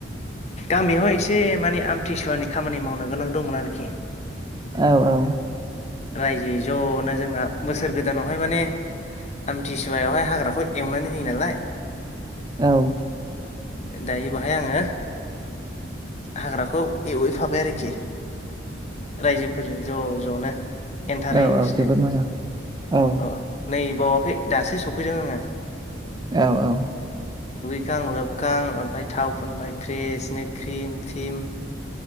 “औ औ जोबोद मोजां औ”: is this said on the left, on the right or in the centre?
Right